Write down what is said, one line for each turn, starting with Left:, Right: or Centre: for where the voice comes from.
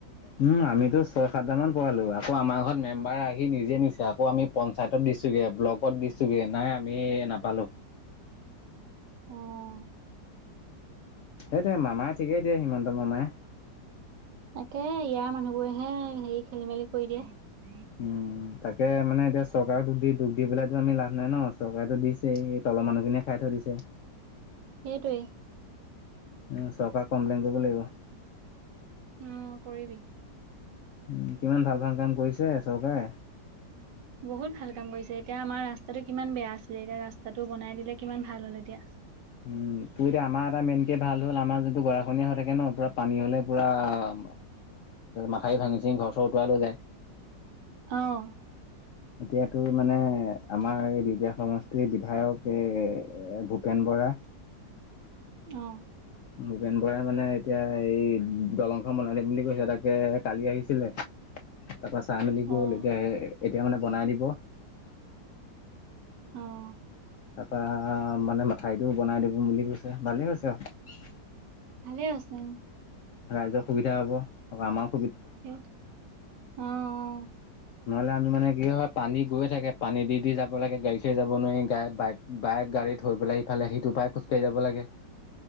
Left: উম, আমিতো ছয় সাতটামান পোৱালো আকৌ আমাৰ ঘৰত মেম্বাৰ আহি নিজে নিছে, আকৌ আমি পঞ্চায়তত দিছগে, ব্লগত দিছোগে নাই আমি নাপালোঁ।
Right: অ',
Left: হেইটোৱে মামাই ঠিকেই দিয়ে, হিমন্ত মামাই।
Right: তাকে, ইয়াৰ মানুহবোৰেহে হেৰি খেলি মেলি কৰি দিয়ে।
Left: উম তাকে মানে এতিয়া চৰকাৰক দুখ দি দুখ দি পেলাইতো আমি লাভ নাই ন' চৰকাৰেতো দিছে, এই তলৰ মানুহখিনিয়ে খাই থৈ দিছে।
Right: হেইটোৱেই।
Left: উ, চৰকাৰ কমপ্লেন কৰিব লাগিব।
Right: উম, কৰিবি।
Left: উ, কিমান ভাল ভাল কাম কৰিছে চৰকাৰে।
Right: বহুত ভাল কাম কৰিছে, এতিয়া আমাৰ ৰাস্তাটো কিমান বেয়া আছিলে এতিয়া ৰাস্তাটো বনাই দিলে কিমান ভাল হ'ল এতিয়া।
Left: উম, তোৰ এতিয়া আমাৰ এটা মেইনকে ভাল হ'ল আমাৰ যোনটো গৰাখহনীয়া হৈ থাকে ন' পুৰা পানী হ'লে পুৰা আ, মাথাউৰি ভাঙি চিঙি ঘৰ চৰ উতুৱা লৈ যায়।
Right: অ'।
Left: এতিয়াতো মানে আমাৰ এই বিহপয়া সমষ্টিৰ বিধায়ক এই ভূপেন বৰাই
Right: অ'।
Left: ভূপেন বৰাই মানে এতিয়া এই দলংখন বনাই দিম বুলি কৈছে, তাকে কালি আহিছিলে। তাৰ পৰা চাই মেলি
Right: অ',
Left: গ'ল, এতিয়া এতিয়া মানে বনাই দিব।
Right: অ',
Left: তাৰাপা মানে মাথাউৰিটো বনাই দিব বুলি কৈছে, ভালে হৈছে আৰু।
Right: ভালে হৈছে উম।
Left: ৰাইজৰ সুবিধা হ'ব আৰু আমাৰ
Right: সেইটো, অ', অ'।
Left: নহলে আমি মানে কি হয় পানী গৈ থাকে পানী দি দি যাব লাগে গাড়ী চাৰি যাব নোৱাৰি, বাইক বাইক গাড়ী থৈ পেলাই ইফালে সেইটো পাৰে খোজকাঢ়ি যাব লাগে।